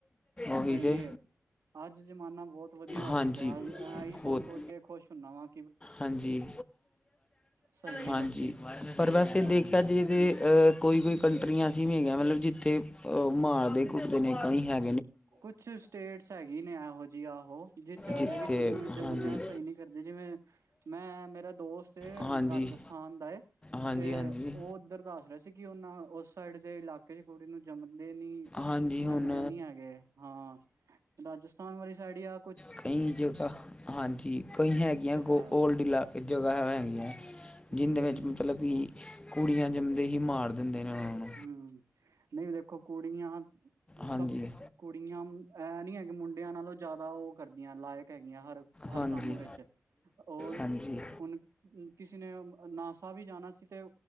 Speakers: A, on the left; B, on the right.
A: ਉਹੀ
B: ਸਹੀ
A: ਤੇ।
B: ਏ ਅੱਜ ਜ਼ਮਾਨਾ ਬਹੁਤ ਵਧੀਆ ਹੋ
A: ਹਾਂਜੀ
B: ਚੁੱਕਿਆ ਏ ਐਹੀ ਸੋਚ-
A: ਬਹੁਤ
B: ਸੋਚ ਕੇ ਖੁਸ਼ ਹੁੰਨ ਵਾਂ।
A: ਹਾਂਜੀ-
B: ਸਹੀ ਏ
A: ਹਾਂਜੀ,
B: ਲੋਕੀ
A: ਪਰ ਵੈਸੇ
B: ਹਾਂ
A: ਦੇਖਿਆ ਜੇ ਅਹ ਕੋਈ-ਕੋਈ ਕੰਟਰਿਆਂ ਐਸੀ ਵੀ ਹੈਗੀਆਂ ਮਤਲਬ ਜਿੱਥੇ ਅਹ ਮਾਰਦੇ ਘੁੱਟਦੇ ਨੇ ਕਈ ਹੈ
B: ਕੁਛ ਸਟੇਟਸ ਹੈਗੀ ਨੇ ਇਹੋ ਜਿਹੀ ਆਹੋ ਜਿਸ
A: ਜਿੱਥੇ
B: ਹਲੇ ਵੀ ਕੁੜੀਆਂ ਨੂੰ ਜੰਮਦਿਆਂ
A: ਹਾਂਜੀ
B: ਸਹੀ ਨਹੀਂ ਕਰਦੇ ਜਿਵੇਂ ਮੈਂ ਮੇਰਾ ਦੋਸਤ ਏ
A: ਹਾਂਜੀ
B: ਰਾਜਸਥਾਨ ਦਾ ਏ
A: ਹਾਂਜੀ
B: ਤੇ
A: ਹਾਂਜੀ
B: ਉਹ ਧਰ ਦੱਸ ਰਿਹਾ ਸੀ ਕਿ ਉਹਨਾ ਉਸ ਸਾਈਡ ਦੇ ਇਲਾਕੇ ਚ ਕੁੜੀ ਨੂੰ ਜੰਮਦੇ ਨੀ।
A: ਹਾਂਜੀ ਹੁਣ
B: ਜੰਮਦੇ ਨੀ ਹੈਗੇ ਹਾਂ, ਰਾਜਸਥਾਨ ਵਾਲੀ ਸਾਈਡ ਆ
A: ਕਈ ਜਗ੍ਹਾ ਹਾਂਜੀ ਕਈ ਹੈਗੀਆਂ
B: ਚ ਹੈ
A: ਗੋ ਓਲ ਡਲਾ। ਇਕ ਜਗਾ ਹੈਗੀਆਂ ਐ ਜਿਹਦੇ
B: ਹੂੰ
A: ਵਿੱਚ
B: ਹੂੰ
A: ਮਤਲਬ ਕਿ ਕੁੜੀਆਂ ਜੰਮਦੇ ਹੀ ਮਾਰ ਦਿੰਦੇ ਨੇ ਉਹ ਨੂੰ।
B: ਹੁ ਨਹੀਂ ਦੇਖੋ ਕੁੜੀਆਂ ਸਭ
A: ਹਾਂਜੀ
B: ਕੁੜੀਆਂ ਇਹ ਨੀ ਹੈਗੇ ਮੁੰਡਿਆਂ ਨਾਲੋਂ ਜ਼ਿਆਦਾ ਉਹ ਕਰਦੀਆਂ ਲਾਇਕ ਹੈਗੀਆਂ ਹਰ
A: ਹਾਂਜੀ
B: ਹਰ ਕੰਮ ਵਿੱਚ ਉਹ
A: ਹਾਂਜੀ
B: ਹੁਣ ਕਿਸੇ ਨੇ ਨਾਸਾ ਵੀ ਜਾਣਾ ਸੀ ਤੇ